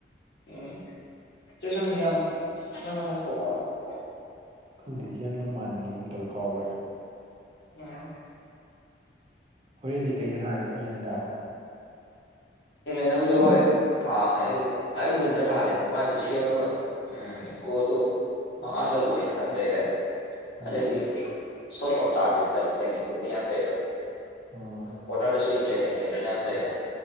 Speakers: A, on the left; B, on the right.
A: ꯎꯝ ꯖꯦꯛꯁꯟ ꯍꯤꯌꯥꯡꯂꯝ ꯍꯤꯌꯥꯡꯂꯝꯂꯥ ꯊꯧꯕꯥꯜꯂ
B: ꯈꯪꯗꯦ ꯍꯤꯌꯥꯡꯂꯝ ꯃꯥꯟꯒꯤꯒꯨꯝ ꯇꯧꯋꯤ ꯀꯥꯎꯈ꯭ꯔꯦ
A: ꯎꯝ
B: ꯍꯣꯔꯦꯟꯗꯤ ꯀꯩꯗ ꯊꯥꯒꯦ ꯏꯪꯂꯟꯗ
A: ꯏꯪꯂꯟꯗꯕꯨꯗꯤ ꯍꯣꯏ ꯊꯥꯕꯅꯦ ꯑꯩꯗꯣ ꯗꯥꯏꯔꯦꯛ ꯋꯤꯟꯗ ꯊꯥꯗꯦ ꯃꯥꯏꯗꯣ ꯁꯦꯝꯃꯒ ꯎꯝ ꯒꯣꯜꯗꯣ ꯃꯉꯥ ꯆꯜꯂꯣꯏ ꯍꯥꯏꯅ ꯂꯩꯔꯦ
B: ꯎꯝ
A: ꯑꯗꯒꯤ ꯁꯣꯠ ꯑꯣꯟ ꯇꯥꯔꯒꯦꯠꯇ ꯏꯪꯂ‌ꯦꯟꯅ <unintelligible> ꯌꯥꯝ ꯂꯩꯔꯦ
B: ꯎꯝ
A: ꯀꯣꯅꯔꯗꯁꯨ ꯏꯪꯂꯦꯟꯗ ꯀꯩ ꯀꯩꯅꯣ ꯌꯥꯝ ꯂꯩꯔ‌ꯦ